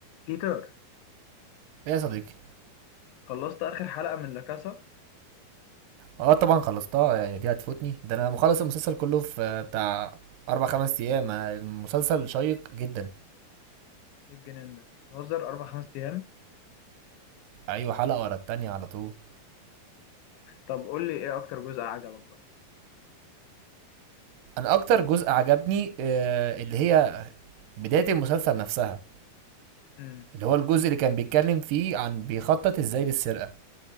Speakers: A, on the left (about 80°); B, on the right (about 75°).
A: بيتر
B: ايه يا صديقي
A: خلصت آخر حلقة من لاكاسا
B: اه طبعا خلصتها يعني دي هتفوتني ده انا مخلص المسلسل كله في آه، بتاع اربع خمس ايام آه، المسلسل شيق جدا
A: إيه الجنان ده تهزر أربع خمس أيام
B: ايوه حلقة ورا التانية على طول
A: طب قول لي إيه أكتر جزء عجبك بقى
B: انا اكتر جزء عجبني آه، اللي هي بداية المسلسل نفسها
A: امم
B: اللي هو الجزء اللي كان بيتكلم فيه عن بيخطط ازاي للسرقة